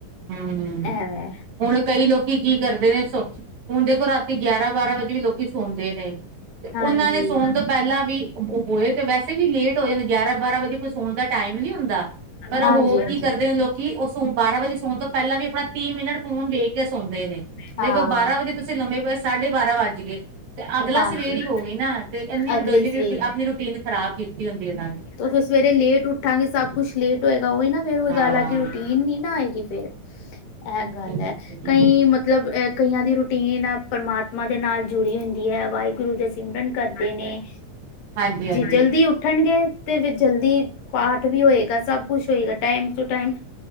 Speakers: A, on the right (about 65°); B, on the left (about 75°).
A: ਹਮ
B: ਐ ਵੈ।
A: ਹੁਣ ਕਈ ਲੋਕੀ ਕੀ ਕਰਦੇ ਨੇ ਸੋ ਹੁਣ ਦੇਖੋ ਰਾਤੀ ਗਿਆਰਾਂ-ਬਾਰਾਂ ਵਜੇ ਵੀ ਲੋਕੀ ਸੋੰਦੇ ਨੇ। ਤੇ
B: ਹਾਂਜੀ
A: ਓਨਾਂ ਨੇ ਸੌਣ ਤੋਂ ਪੈਲਾਂ ਵੀ ਹੋਏ ਤੇ ਵੈਸੇ ਵੀ ਲੇਟ ਹੋਏ ਨੇ ਗਿਆਰਾਂ-ਬਾਰਾਂ ਵਜੇ ਉਥੇ ਸੋਣ ਦਾ ਟਾਈਮ ਨੀ ਹੁੰਦਾ ਪਰ
B: ਹਾਂਜੀ
A: ਹੋ
B: ਹਾਂਜੀ
A: ਕੀ ਕਰਦੇ ਨੇ ਲੋਕੀ ਓ ਸੋ ਬਾਰਾਂ ਵਜੇ ਸੌਣ ਤੋਂ ਪੈਲਾ ਵੀ ਆਪਣਾ ਤੀਹ ਮਿੰਨਟ ਫੋਨ ਵੇਖ ਕੇ ਸੌਂਦੇ ਨੇ।
B: ਹਾਂ।
A: ਦੇਖੋ ਬਾਰਾਂ ਵਜੇ ਤੁਸੀਂ ਲੰਮੇ ਪਏ ਸਾਢੇ ਬਾਰਾਂ ਵੱਜ ਗੇ। ਤੇ ਅਗਲਾ
B: ਹਾਂਜੀ
A: ਸਵੇਰ ਈ ਹੋਗੀ ਨਾ 'ਤੇ ਏਨੀ
B: ਅਗਲੀ
A: ਰ ਡੇਲੀ
B: ਸਵੇਰ
A: ਰੂਟੀ ਆਪਣੀ ਰੂਟੀਨ ਖ਼ਰਾਬ ਕੀਤੀ ਹੁੰਦੀ ਏਨਾਂ ਨੇ।
B: ਤੋ ਫੇਰ ਸਵੇਰੇ ਲੇਟ ਉੱਠਾਂਗੇ ਸਭ ਕੁੱਛ ਲੇਟ ਹੋਏਗਾ ਉਈ ਨਾ ਫਿਰ ਉਈ
A: ਹਾਂ
B: ਗੱਲ ਆ ਕੀ ਰੂਟੀਨ ਨੀ ਨਾ ਹੋਏਗੀ ਫੇਰ। ਐ ਗੱਲ
A: ਹਾਂਜੀ
B: ਐ
A: ਹਾਂਜੀ
B: ਕਈ ਮਤਲਬ ਅ ਕਈਆਂ ਦੀ ਰੂਟੀਨ ਐ ਪ੍ਰਮਾ ਤਮਾ ਦੇ ਨਾਲ ਜੁੜੀ ਹੁੰਦੀ ਐ ਵਾਏਗੁਰੂ ਦੇ ਸਿਮਰਨ ਕਰਦੇ ਨੇ।
A: ਹਾਂਜੀ ਹਾਂਜੀ
B: ਜੇ ਜਲਦੀ ਉੱਠਣਗੇ ਤੇ ਜਲਦੀ ਪਾਠ ਵੀ ਹੋਏਗਾ ਸਭ ਕੁੱਛ ਹੋਏਗਾ ਟਾਈਮ ਟੂ ਟਾਈਮ,